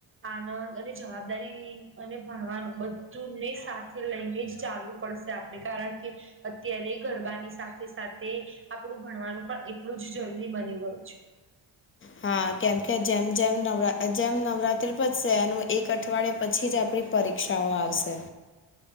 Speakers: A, on the right; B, on the left.
A: આનંદ અને જવાબદારી અને ભણવાનું બ ૂને સાથે લઈને જ ચાલવું પડશે આપણે કારણ કે અત્યારે ગરબાની સાથે સાથે આપણું ભણવાનું પણ એટલું જ જરૂરી બની ગયું છે
B: હા કેમ કે જેમ જેમ નવ જેમ નવરાત્રી પશે એનું એક અઠવાડયે પછી જ આપણી પરીક્ષાઓ આવશે